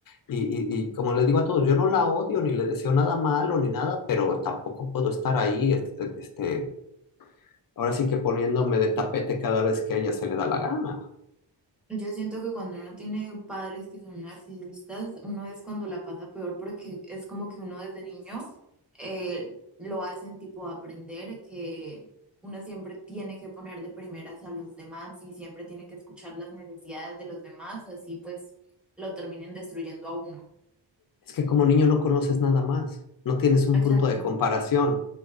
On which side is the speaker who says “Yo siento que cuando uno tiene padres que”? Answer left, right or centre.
Centre